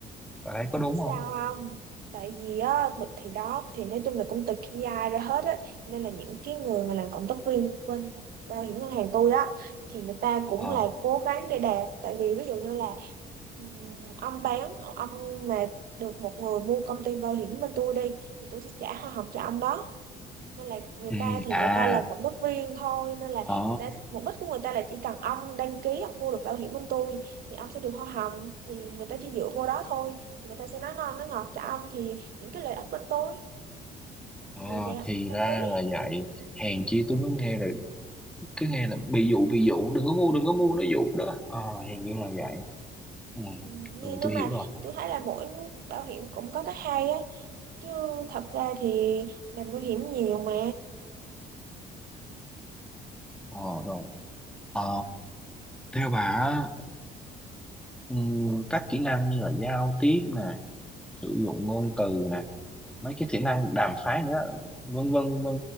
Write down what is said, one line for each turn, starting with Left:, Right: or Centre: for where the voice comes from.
Centre: bạn thấy có đúng
Right: biết
Centre: không
Right: sao không tại vì á bực thì đó thì nói chung là cũng từ KPI ra hết á nên là những cái người mà làm cộng tác viên bên bảo hiểm ngân hàng tôi á thì người ta cũng
Centre: ờ
Right: là cố gắng để đạt tại vì ví dụ như là ừm, ông bán ông mà được một người mua công ty bảo hiểm bên tôi đi thì tôi sẽ trả hoa hồng cho ông đó nên là người
Centre: ừ
Right: ta thì
Centre: à
Right: người ta làm cộng tác viên thôi nên là
Centre: ờ
Right: người ta mục đích của người ta là chỉ cần ông đăng ký ông mua được bảo hiểm bên tôi thì ông sẽ được hoa hồng thì người ta chỉ dựa vô đó thôi thì người ta sẽ nói ngon nói ngọt cho ông thì những cái lợi ích bên tôi
Centre: ờ,
Right: thì để ông
Centre: thì
Right: đăng
Centre: ra
Right: ký
Centre: là vậy hèn chi
Right: ừ.
Centre: tôi mới nghe là cứ nghe là bị dụ bị dụ đừng có mua đừng có mua nó dụ đó ờ hèn chi là vậy Ừ,
Right: Ừ, nhưng
Centre: rồi
Right: nhưng
Centre: tôi hiểu
Right: mà
Centre: rồi.
Right: tôi thấy là mỗi bảo hiểm cũng có cái hay á chứ thật ra thì làm bảo hiểm nhiều mà
Centre: Ờ, rồi. Ờ, theo bà á, ừm, các kỹ năng như là giao tiếp nè, sử dụng ngôn từ nè, mấy cái kỹ năng đàm phán nữa, vân vân vân vân.